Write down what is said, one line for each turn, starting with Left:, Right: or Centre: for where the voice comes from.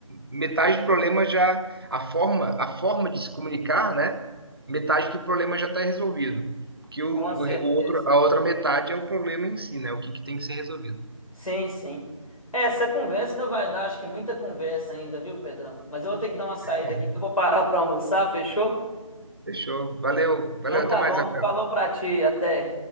Right: metade do problema já, a forma, a forma de se comunicar, né? Metade do problema já está resolvido. Porque o,
Left: Com certeza.
Right: o outro, a outra metade é o problema em si, né? O que, que tem que ser resolvido.
Left: Sim, sim. É, Essa conversa ainda vai dar, acho que muita conversa ainda, viu, Pedrão? Mas eu vou ter que dar uma saída
Right: É,
Left: aqui, que eu vou parar para almoçar, fechou?
Right: Fechou? Valeu, valeu,
Left: Então tá
Right: até mais,
Left: bom,
Right: Rafael.
Left: falou pra ti, até.